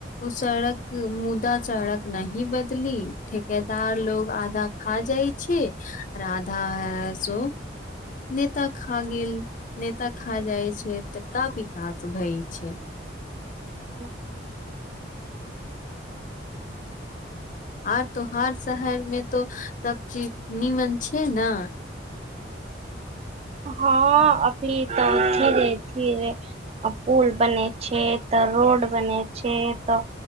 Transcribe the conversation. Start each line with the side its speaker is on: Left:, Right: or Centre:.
Left: ओ सड़क मुदा सड़क नहीं बदली ठेकेदार लोग आधा खा जाई छै आधा सो नेता खा गेल नेता खा जाय छै ता विकास भय छै
Right: ह
Left: आर तोहार शहर मे तो सब चीज नीमन छै ने
Right: हँ अभी तऽ धीरे धीरे पुल बने छै तऽ रोड बने छै तऽ